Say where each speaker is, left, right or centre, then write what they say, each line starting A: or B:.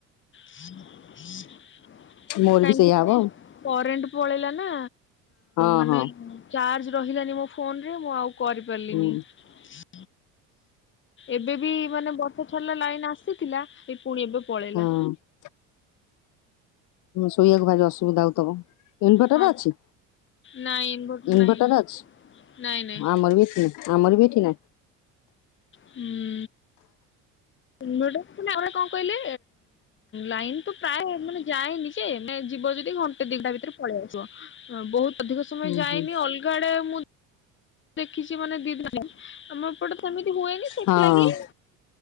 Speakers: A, on the left (about 35°); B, on the left (about 65°).
A: ହଁ ହଁ
B: ମୋର ବି ସେଇଆ ହବ
A: <inaudible> କରେଣ୍ଟ ପଳେଇଲା ନା,
B: ଆଉ
A: ମାନେ
B: ହଁ
A: ଚାର୍ଜ ରହିଲାନି ମୋ ଫୋନରେ, ମୁଁ ଆଉ କରିପାରିଲିନି
B: ହଁ ହୁଁ
A: । ଏବେ ବି ମାନେ ବର୍ଷା ଛାଡିଲା, ଲାଇନ ଆସିଥିଲା! ପୁଣି ଏବେ ପଳେଇଲା।
B: ହଁ। ଶୋଇବାକୁ ଭାରି ଅସୁବିଧା ହଉଥବ, ଇନଭଟର
A: ହଁ
B: ଅଛି?
A: ନାଇଁ
B: ଇନଭଟର
A: ନାହିଁ
B: ଅଛି,
A: ନାଇଁ ନାଇଁ
B: ଆମର ବି ଆମର ବି <unintelligible>
A: ହୁଁ! କଣ କହିଲେ? ଲାଇନ ତ ପ୍ରାୟ ମାନେ ଯାଏନି, ଯେ ଯିବ ଯଦି! ଘଣ୍ଟେ ଦିଟା ଭିତରେ ପଳେଇ ଆସିବ, ବହୁତ ଅଧିକ ସମୟ
B: ହୁଁ
A: ଯାଇନି,
B: ହୁଁ
A: ଅଲଗା ଆଡେ ମୁଁ ଦେଖିଛି ମାନେ ଦିଦ, ଆମ ଏପଟ ସେମିତି ହୁଏନି ସେଥିଲାଗି
B: ହଁ